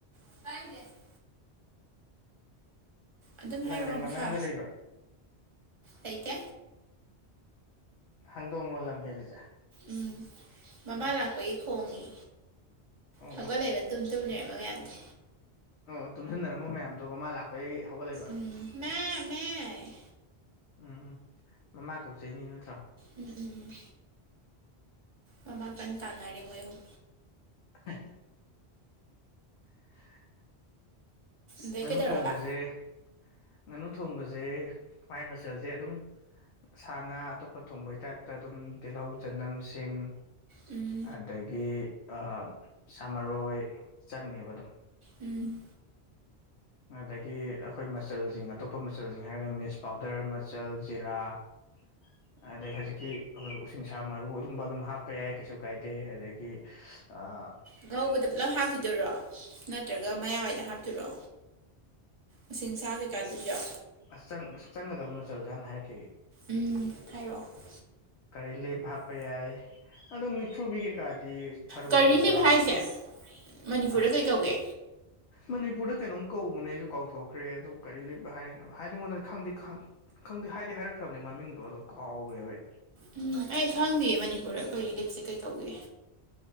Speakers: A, on the right; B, on the left.
A: <unintelligible> ꯑꯗꯨꯝ
B: ꯂꯝꯍꯦꯟꯕ
A: ꯍꯥꯏꯔꯛꯑꯣ ꯃꯈꯥ
B: ꯑꯉꯥꯡꯒ ꯂꯩꯕ꯭ꯔꯥ
A: ꯂꯩꯇꯦ
B: ꯍꯡꯗꯣꯡꯂꯣ ꯂꯝ ꯍꯦꯜꯂꯤꯖꯦ
A: ꯎꯝ ꯃꯃꯥ ꯂꯥꯛꯄꯒꯤ ꯈꯣꯡꯉꯤ
B: ꯑꯣ
A: ꯍꯧꯒꯠꯂꯩꯕ
B: ꯑꯣ
A: ꯇꯨꯝ ꯇꯨꯝ ꯂꯩꯔꯝꯕ ꯃꯌꯥꯝ <unintelligible>
B: ꯑꯣ ꯇꯨꯝꯁꯟꯅꯔꯝꯕ ꯃꯌꯥꯝꯗꯣ ꯃꯃꯥ ꯂꯥꯛꯄꯩ ꯍꯧꯒꯠꯂꯛꯏꯕ
A: ꯎꯝ ꯃꯦ ꯃꯦ ꯍꯥꯏꯌꯦ
B: ꯎꯝ ꯃꯃꯥ ꯀꯧꯆꯩꯅꯤ ꯅꯠꯇ꯭ꯔꯣ
A: ꯎꯝ ꯎꯝ ꯎꯝ ꯃꯃꯥ ꯀꯟ ꯇꯥꯅꯔꯤ ꯃꯣꯏ ꯑꯍꯨꯝ
B: <inaudible> <inaudible>
A: ꯑꯗꯩ
B: ꯉꯥꯅꯨ
A: ꯀꯩꯗꯧꯔꯕ
B: ꯊꯣꯡꯕꯖꯦ ꯉꯥꯅꯨ ꯊꯣꯡꯕꯖꯦ ꯃꯥꯏ ꯃꯆꯜꯖꯦ ꯑꯗꯨꯝ ꯁꯥ ꯉꯥ ꯑꯇꯣꯞꯄ ꯊꯣꯡꯕꯩ ꯇꯥꯏꯞꯇ ꯑꯗꯨꯝ ꯇꯤꯜꯍꯧ ꯆꯅꯝ ꯁꯤꯡ
A: ꯎꯝ
B: ꯑꯗꯒꯤ ꯑꯥ ꯁꯥꯃꯔꯣꯏ ꯆꯪꯅꯦꯕ ꯑꯗꯨꯝ
A: ꯎꯝ
B: ꯑꯗꯒꯤ ꯑꯩꯈꯣꯏ ꯃꯆꯜꯖꯤꯡ ꯑꯇꯣꯞꯄ ꯃꯆꯜꯖꯤꯡ ꯍꯥꯏꯔꯒꯅ ꯃꯤꯁ ꯄꯥꯎꯗꯔ ꯃꯆꯜ ꯖꯤꯔꯥ <inaudible> ꯑꯗꯩ ꯍꯧꯖꯤꯛꯀꯤ ꯎꯁꯤꯡꯁꯥ ꯃꯔꯨ ꯑꯗꯨꯝꯕ ꯑꯗꯨꯝ ꯍꯥꯞꯄ ꯌꯥꯏ ꯀꯩꯁꯨ ꯀꯥꯏꯗꯦ ꯑꯗꯒꯤ ꯑꯥ
A: ꯉꯧꯕꯗ ꯄꯨꯂꯞ ꯍꯥꯞꯈꯤꯗꯣꯏꯔꯣ ꯅꯠꯇ꯭ꯔꯒ ꯃꯌꯥꯋꯥꯏꯗ ꯍꯥꯞꯇꯣꯏꯔꯣ ꯎꯁꯤꯡꯁꯥ ꯀꯩꯀꯥꯗꯨꯖꯨ
B: ꯑꯆꯪ ꯆꯪꯒꯗꯕ ꯃꯆꯜꯖꯦ ꯍꯥꯟꯅ ꯍꯥꯏꯔꯛꯈꯤꯒꯦ
A: ꯎꯝ ꯍꯥꯏꯔꯛꯑꯣ
B: ꯀꯔꯤ ꯂꯤꯞ ꯍꯥꯞꯄ ꯌꯥꯏ ꯑꯗꯣ ꯃꯤꯊ꯭ꯔꯨꯕꯤ ꯀꯩꯀꯥꯗꯤ ꯊꯔꯣꯏꯒꯨꯝꯕ
A: ꯀꯔꯤ ꯂꯤꯞ ꯍꯥꯏꯁꯦ ꯃꯅꯤꯄꯨꯔꯗ
B: ꯑꯥ
A: ꯀꯩ ꯀꯧꯒꯦ
B: ꯃꯅꯤꯄꯨꯔꯗ ꯀꯩꯅꯣꯝ ꯀꯧꯕꯅꯦ ꯑꯩꯁꯨ ꯀꯥꯎꯊꯣꯛꯈ꯭ꯔꯦ ꯑꯗꯨ ꯀꯔꯤ ꯂꯤꯞ ꯍꯥꯏꯅ ꯍꯥꯏꯅꯤꯡꯕ ꯅꯣꯏ ꯈꯪꯗꯤ ꯈꯪ ꯈꯪꯗꯤ ꯍꯥꯏꯗꯤ ꯍꯥꯏꯔꯛꯈ꯭ꯔꯕꯅꯦ ꯃꯃꯤꯡꯗꯣ ꯑꯗꯣ ꯀꯥꯎꯒ꯭ꯔꯦꯕ ꯑꯩ
A: ꯎꯝ ꯑꯩ ꯈꯪꯗꯤꯌꯦ ꯃꯅꯤꯄꯨꯔꯗ ꯀꯔꯤ ꯂꯤꯞꯁꯦ ꯀꯩ ꯀꯧꯒꯦ